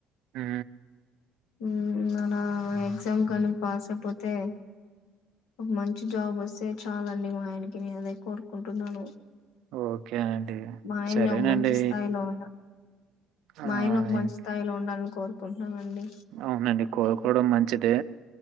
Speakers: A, on the right; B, on the left.
A: హు
B: ఉమ్ అలా ఎగ్జామ్ కానీ పాస్ అయిపోతే, ఒక మంచి జాబ్ వస్తే చాలండి మా ఆయనకి నేను అదే కోరుకుంటున్నాను.
A: ఓకే అండి.
B: మా ఆయన్ని
A: సరేనండి.
B: ఒక మంచి స్థాయిలో ఉండా
A: ఆ!
B: మా ఆయన ఒక మంచి
A: ఇంక-
B: స్థాయిలో ఉండాలని కోరు కుంటున్నానండి
A: అవునండి కోరుకోవడం మంచిదే.